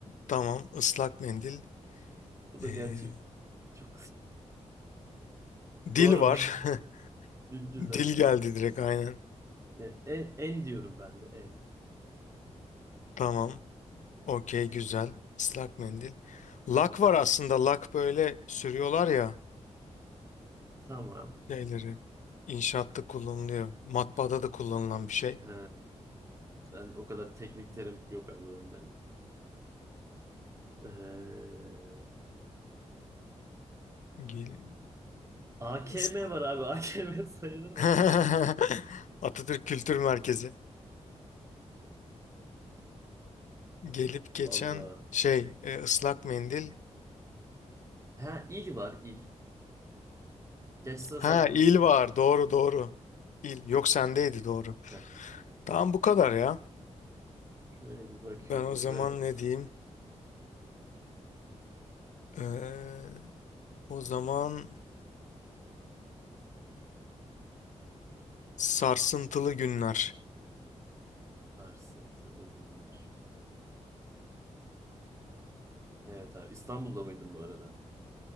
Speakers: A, on the left; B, on the right.
A: Tamam. Islak mendil.
B: Bu da
A: Ee,
B: gerçi çok <laughs> zor
A: dil var.
B: bir <laughs> bir
A: <laughs>
B: güzel
A: Dil geldi
B: abi.
A: direkt aynen.
B: Ee, en, en diyorum ben de en.
A: Tamam. Okey güzel. Islak mendil. Lak var aslında. Lak böyle sürüyorlar ya
B: Tamam.
A: şeyleri. İnşaatta kullanılıyor. Matbaada da kullanılan bir şey.
B: He, ben o kadar teknik terim yok abi bende. Ee,
A: Gel
B: AKM
A: ıslak.
B: var abi. <laughs> AKM sayılır mı?
A: <laughs> Atatürk Kültür Merkezi. Gelip geçen
B: Vallahi.
A: şey e, ıslak mendil.
B: Ha il var il. Geç sıra
A: Ha
B: sende miydi?
A: il var doğru doğru. İl yok sendeydi doğru.
B: Heh,
A: Tamam bu kadar ya.
B: şöyle bir bakıyoruz.
A: Ben o zaman
B: Evet.
A: ne diyeyim? Ee, o zaman sarsıntılı günler.
B: Sarsıntılı günler. Evet abi. İstanbul'da mıydın bu arada?